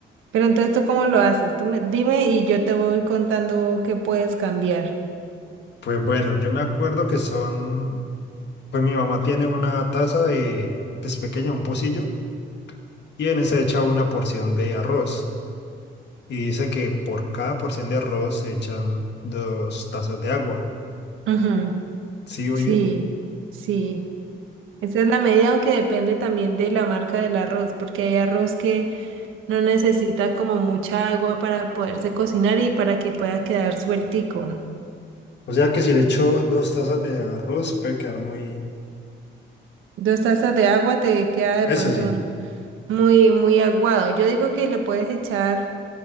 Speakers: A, on the right; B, on the left.
A: pero entonces ¿tú cómo lo haces? Tú me, dime y yo te voy contando qué puedes cambiar.
B: Pues bueno, yo me acuerdo que son, pues mi mamá tiene una taza de, pues pequeña, un pocillo, y en esa echa una porción de arroz. y dice que por cada porción de arroz se echan dos tazas de agua.
A: Ujú,
B: ¿Sí voy
A: Sí,
B: bien?
A: sí. Esa es la medida, aunque depende también de la marca del arroz, porque hay arroz que No necesita como mucha agua para poderse cocinar y para que pueda quedar sueltico.
B: O sea que si le echo dos tazas de arroz puede quedar muy...
A: Dos tazas de agua te queda de
B: Eso
A: pronto
B: sí.
A: un- muy, muy aguado. Yo digo que le puedes echar